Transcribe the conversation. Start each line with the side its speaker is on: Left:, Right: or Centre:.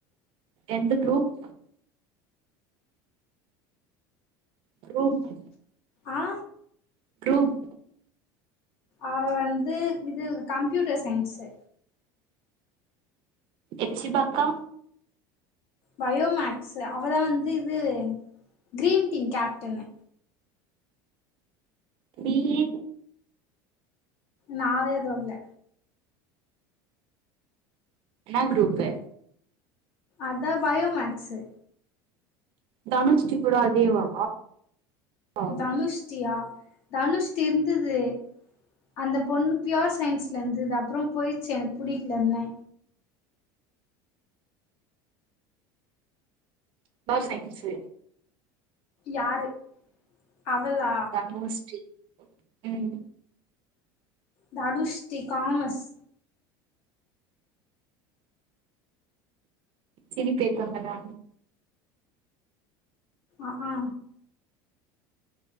Right: எந்த குரூப் குரூப்
Left: ஆ
Right: குரூப்
Left: அவ வந்து இது கம்ப்யூட்டர் சயின்ஸ்சு
Right: எப்சிபா அக்கா
Left: பயோ மேக்ஸ்சு அவதா வந்து இது கிரீன் டீம் கேப்டனு
Right: நீயி
Left: நாவேதொல்ல
Right: என்னா குரூப்பு
Left: அத்தா பயோ மேக்ஸ்சு
Right: தனுஸ்ரீ கூட அதேவா பயோ
Left: தனுஷ்டியா தனுஷ்டி இருந்தது அந்த பொண்ணு பியோர் சயின்ஸ்லருந்தது அப்றோ போயிச்சு எனுக்கு புடிக்கலன்னு
Right: பியார் சைன்ஸ்சு
Left: யாரு அவளா
Right: தனுஸ்ரீ ம்
Left: தனுஷ்டி காமஸ்
Right: சிரி கேப்பாங்கலா
Left: ஆஹா